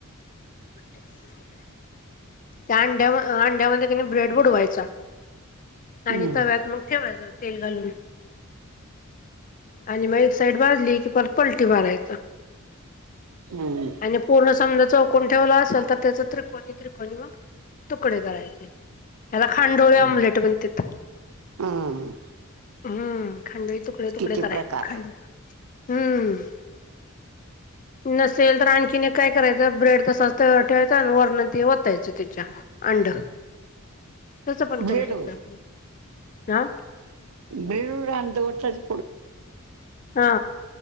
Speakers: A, on the left (about 40°); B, on the right (about 85°).
A: त्या अंड्या अंड्यामध्ये किनइ ब्रेड बुडवायचा.
B: हम्म
A: आणि तव्यात मग ठेवायच तेल घालून. आणि मग एक साइड भाजली की परत पलटी मारायचं.
B: हम्म
A: आणि पूर्ण समजा चौकून ठेवला असेल, तर त्याच त्रिकोणी त्रिकोणी मग तुकडे करायचे त्याला खांडोळे
B: हम्म
A: ऑमलेट म्हणतेत.
B: हम्म
A: हम खांडोळी तुकडे तुकडे
B: किती
A: करायचे
B: प्रकार
A: खांडोळी हम. नसेल तर आणखीन काय करायचं ब्रेड तसाचं ठेवायचं आणि वरण ते वतायचं. अच्छा! अंड तस पण
B: ब्रेडवर
A: करू शकतोय, आपण आ.
B: ब्रेडवर वर अंड ओतायच.
A: हा